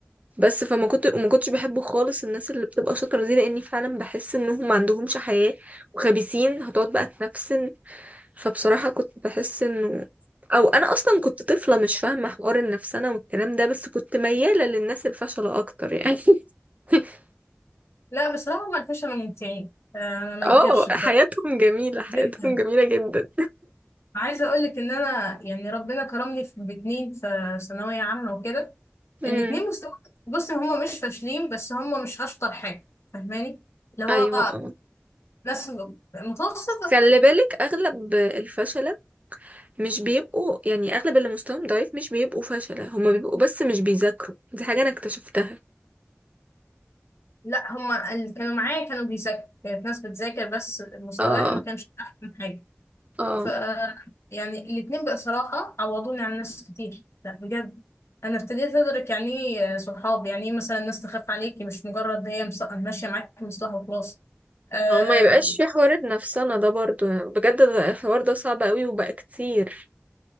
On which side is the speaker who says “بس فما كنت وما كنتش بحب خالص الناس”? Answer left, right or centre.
Right